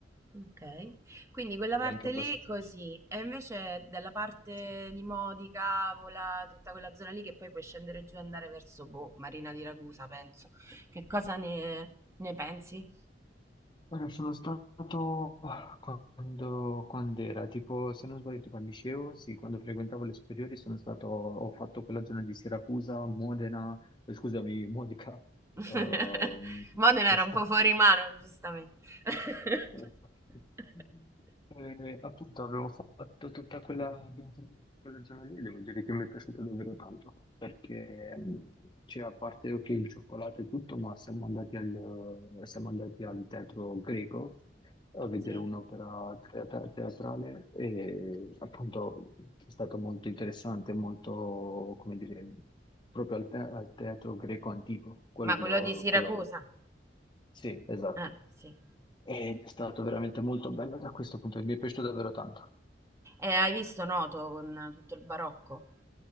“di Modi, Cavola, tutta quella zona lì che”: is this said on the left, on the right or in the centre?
Right